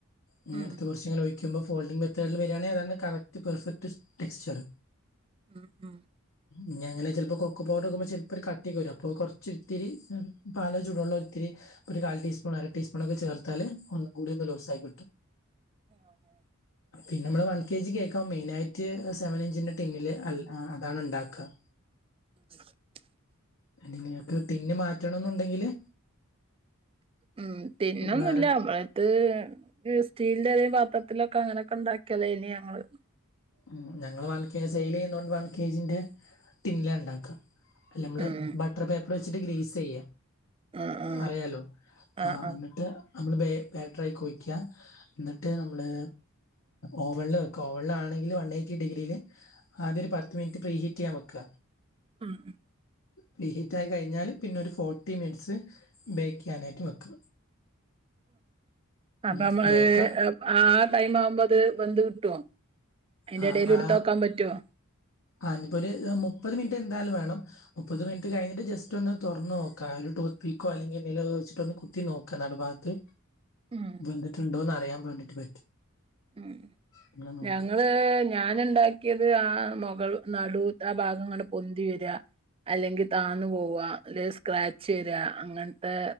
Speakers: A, on the left; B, on the right.
A: ഇങ്ങനെ
B: ഉം
A: അടുത്ത് കുറച്ച്ങ്ങനെ ഒഴിക്കുമ്പോ ഫോൾഡിംഗ് മെത്തേഡിൽ വരിയാണെങ്കി അതാണ് കറക് പെർഫെക്ട് ടെക്സ്ചർ.
B: ആഹ് ആഹ്
A: ഇനി അങ്ങനെ ചിലപ്പോ കൊക്കോ പൗഡർഹകുംബോ ചിലപ്പോ ഒരു കട്ടിക്ക് വും അപ്പൊ കൊറച്ച് ഇത്തിരി പാല് ചൂടുള്ള ഇത്തിരി ഒരു കാൽ ടീസ്പൂൺ, അര ടസ്പൂൺ, ഒക്കെ ചേർത്താല് ഒന്നും കൂടി ഒന്ന് ലുസായി കിട്ടും.
B: <inaudible>
A: പിന്നെ നമ്മള് വൺ കെ ജി കേൾക്കാ മെയിനആയിട്ട്. സെവൻ ഇഞ്ചിന്റെ ടിന്നില് അല്ല അതാണ് ഉണ്ടാക്ക.
B: <inaudible>
A: അനി നിങ്ങക്ക് ടിന് മാറ്റണം എന്നുണ്ടെങ്കില്
B: ഉം തിന്നൊന്നുമില്ല
A: വേറെ
B: അവള് ഇത് സ്റ്റീലിന്റെതയും പാത്രത്തിലൊക്കെ അങ്ങനെയൊക്കെ ഉണ്ടാക്കിയത ഇനി ഞങ്ങള്
A: ഉഉം ഞങ്ങൾ വൺ കെ ജി സെയിൽ ചെയ്യതണ്ട് വൺ കജിന്റെ ടിന്നില്ണ് ഉണ്ടാക്കാ. നമ്മള്
B: ഉം
A: ബട്ടർ പേപ്പർ വെച്ചിട്ട് ഗ്രിസ് ചെയ്യ.
B: ആഹ് ആഹ്
A: അറിയാലോ ആ
B: ആഹ് ആഹ്
A: എന്നിട്ട് നമ്മള് ബേറ്റർയി കുഴിക്കുക. എന്നിട്ട് നമ്മള് ഓവനില് വെക്ക ഓവനില് വൺ എയ്റ്റി ഡിഗ്രിയില് ആദ്യ ഒരു പത്ത് മിനിറ്റ് പോ ഹീറ്റ് ചെയ്യാൻ വെക്ക.
B: ഉം ഉം
A: പി ഹീറ്റ് ആയി കഴിഞ്ഞാൽ പിന്നെ ഒരു ഫോർട്ടി മിനിറ്റ്സ് ബേക്ക് ചെയ്യാനായിട്ട് വയ്ക്ക.
B: അപ്പൊമ്മള്
A: ഉം ബേക്ക
B: ആ ടൈം ആവുമ്പോ അത് വന്ത് കിട്ടോ? അതിന്റെ
A: ആ
B: ഇടയിൽ
A: ആ
B: എടുത്ത് നോക്കാൻ പറ്റുവോ
A: ആ ഇനിപ്പോ ഒരു മുപ്പത് മിനിറ്റ് എന്തായാലും വേണം. മുപ്പത് മിനിറ്റ് കഴിഞ്ഞിട്ട് ജസ്റ്റ് ഒന്ന് തുറന്നന്ന് നോക്ക. ഒരു ടൂത്ത് പിക്കോ അല്ലെങ്കിൽ നില വച്ചിട്ട് ഒന്ന് കുത്തി നോക്കാം നടു ഭാഗത്ത്
B: ആഹ്
A: കണ്ടിട്ടുണ്ടോന്ന് അറിയാൻ വേണ്ടിട്ട് പറ്റും
B: ഉം
A: അങ്ങനെ നോക്കുക
B: ഞങ്ങള് ഞാനുണ്ടാക്കിയത് ആഹ് മുഗൾ നടു ആഹ് ഭാഗംങ്ങണ്ട് പൊന്തി വര്യ അല്ലെങ്കിൽ താഴ്ന്നു പോവാ അല്ലേൽ സ്ക്രാച്ച് വരിയാ അങ്ങൻത്തെ